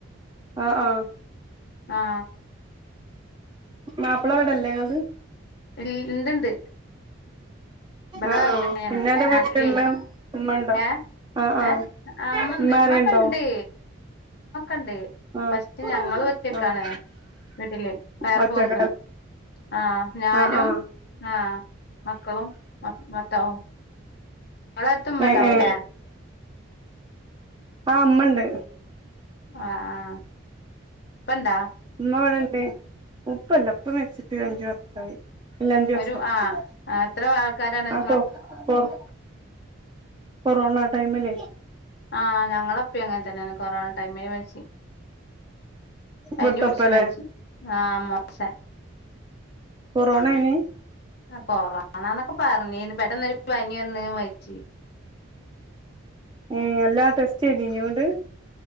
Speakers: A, on the right; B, on the left.
A: ആഹ ആഹ
B: ആഹ
A: മാപ്പിള എവിടല്ലേള്ളത്
B: ഇ ഇണ്ട്ണ്ട് ഇവിടെ
A: ആഹ് ആഹ് പിന്നെ അന്റെ
B: നാട്ടിലേ
A: വീട്ടിലുള്ള ഉമ്മ ഉണ്ടോ
B: ഏ
A: ആഹ് ആഹ്
B: ഏ അമ്മ
A: ഉമ്മാരുണ്ടോ
B: ഇമ്മക്കെണ്ട് ഉണ്ട്
A: ആഹ്
B: പക്ഷെ ഞങ്ങൾ ഒറ്റക്കാണ്
A: ആഹ്
B: വീട്ടില് വേറെ
A: ഒറ്റക്കാ
B: പോന്നിരിക്കുന്നു ആ ഞാനും,
A: ആഹ് ആഹ്
B: ആ മക്കളും അതാ അവരെടുത്തു ഉമ്മ
A: ഏ
B: ഉണ്ടാവുമല്ലേ?
A: ഏ ആ ഉമ്മയുണ്ട്
B: ആ ആ ഇപ്പോഴുണ്ടോ?
A: ഉമ്മ ഇവിടെയുണ്ട്. ഉപ്പയില്ല ഉപ്പ മരിച്ചിട്ട് അഞ്ചു വർഷമാ. യി ഇല്ല അഞ്ചു വർഷമായി
B: ഒരു ആഹ് ആഹ് എത്ര ആൾക്കാരാണ് നിങ്ങ
A: ആ പോ പോവ് കൊറോണ ടൈമിൽ
B: ആ ഞങ്ങളുടെ ഉപ്പയും അങ്ങനെ തന്നെ ആണ് കൊറോണ ടൈമിൽ ആണ് മരിച്ചത്.
A: ഇവിടുത്തപ്പല്ലേ
B: പണി പിടിച്ചു മരിച്ചു ആ മോശ
A: കൊറോണ ആയിരുന്നോ?
B: കോറോണയെന്നൊക്കെ പറഞ്ഞിരുന്നു പെട്ടെന്നൊരു പനി വന്ന് മരിച്ചു.
A: ഏ എല്ലാ ടെസ്റ്റ് ചെയ്തിരുന്നോ എന്നിട്ട്?